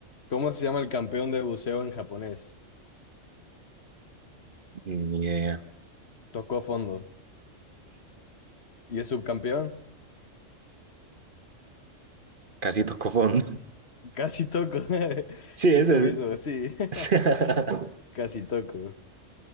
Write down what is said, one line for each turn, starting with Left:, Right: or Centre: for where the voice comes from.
Left: ¿Cómo se llama el campeón de buceo en japonés?
Right: Ni idea,
Left: Tocó fondo. ¿Y es subcampeón?
Right: casi tocó fondo. <laughs>
Left: Casi toco. <laughs>
Right: Sí,
Left: Eso
Right: ese
Left: mismo, sí.
Right: es. <laughs>
Left: <laughs> Casi toco.